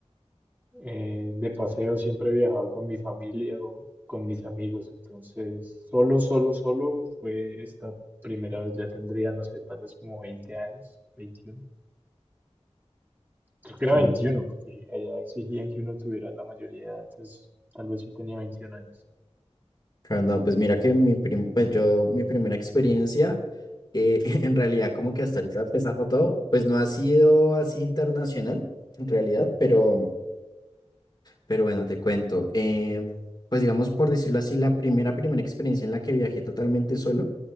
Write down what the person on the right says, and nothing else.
eh, de paseo siempre viajaba con mi familia o con mis amigos, entonces solo, solo, solo fue esta primera vez, ya tendría, no sé, tal vez como veinte años, veintiuno Creo que era
21 porque allá exigían que uno tuviera la mayoría de edad, entonces tal vez sí tenía veintiún años.